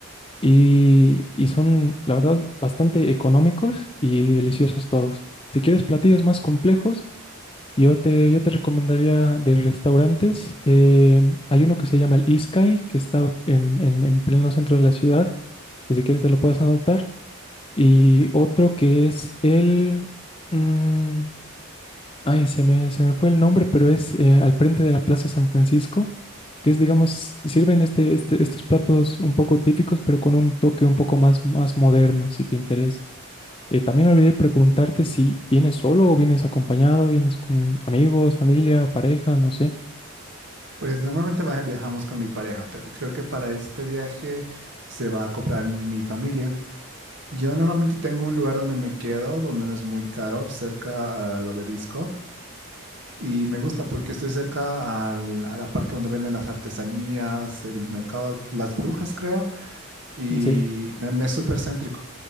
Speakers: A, on the left (about 25°); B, on the right (about 55°).
A: Y, y son, la verdad, bastante económicos y deliciosos todos. Si quieres platillos más complejos, yo te, yo te recomendaría de restaurantes. eh, hay uno que se llama el Iskai, que está en, en- en pleno centro de la ciudad, que si quieres te lo puedes anotar. Y otro que es el... mm, ay, se me, se me fue el nombre, pero es eh, al frente de la Plaza San Francisco, que es, digamos, sirven este, este- estos platos un poco típicos, pero con un toque un poco más, más moderno, si te interesa. Eh, también olvidé preguntarte si vienes solo o vienes acompañado, vienes con amigos, familia, pareja, no sé.
B: Pues normalmente va- viajamos con mi pareja, pero creo que para este viaje se va a acoplar mi familia. Yo normalmente tengo un lugar donde me quedo, donde no es muy caro, cerca al obelisco. Y me gusta porque estoy cerca al- a la parte donde venden las artesanías, el mercado, las brujas, creo, y
A: Sí.
B: me, me es súper céntrico.